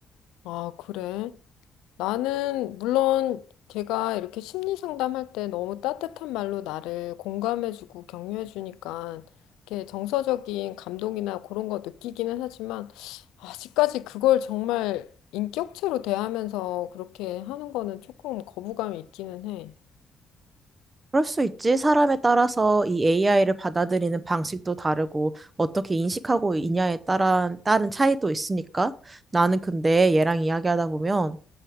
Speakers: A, on the left; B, on the right.
A: 아, 그래? 나는 물론 걔가 이렇게 심리 상담할 때 너무 따뜻한 말로 나를 공감해주고 격려해주니까 이렇게 정서적인 감동이나 그런 거 느끼기는 하지만 아직까지 그걸 정말 인격체로 대하면서 그렇게 하는 거는 조금 거부감이 있기는 해.
B: 그럴 수 있지. 사람에 따라서 이 AI를 받아들이는 방식도 다르고 어떻게 인식하고 있냐에 따른 따른 차이도 있으니까 나는 근데 얘랑 이야기하다 보면